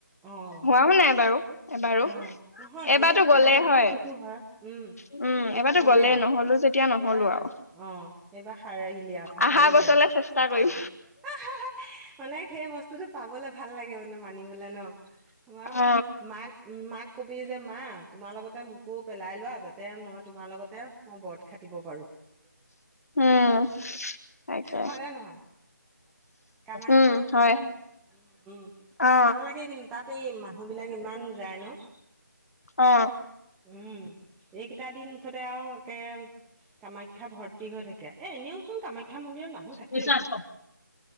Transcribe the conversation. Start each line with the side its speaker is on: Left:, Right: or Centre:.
Centre: অ',
Left: হোৱাও নাই বাৰু এবাৰো।
Centre: অ', নহয়
Left: এবাটো
Centre: এনেও প্ৰায়
Left: গ'লে
Centre: মানুহৰ
Left: হয়,
Centre: সেইটো হয়, উম।
Left: উম
Centre: এইবাৰ
Left: এবাটো গ'লেই
Centre: আৰু
Left: নহলে যেতিয়া নহ'লো
Centre: এইবাৰ
Left: আৰু।
Centre: অ এইবাৰ সাৰালি আৰু অ
Left: আহা
Centre: সাৰিলি
Left: বছৰলে
Centre: আৰু,
Left: চেষ্টা কৰিম
Centre: আহাহা মানে সেই বস্তুতটো পাবলে ভাল লাগে মানে মানিবলে ন, মা
Left: অ
Centre: মাক উ মাক কবি যে মা তোমাৰ লগতে মোকো পেলাই লোৱা মই তোমাৰ লগতে মই ব্ৰত খাাটিব পাৰো।
Left: উম তাকে
Centre: হয়নে নহয়, কামাখ্যা
Left: উম
Centre: মাক
Left: হয়
Centre: কৈ দিবা উম
Left: অ
Centre: ভাল লাগে কি তা এই মানুহ বিলাক ইমান জাই ন,
Left: অ
Centre: উম সেইকেইটা দিন মুঠতে আৰু একে কামাখ্যা ভৰ্তি হৈ থাকে, এ এনেও চোন কামাখ্যা মন্দিৰৰ মানুহ থাকে।
Left: বিশচাছ কওক।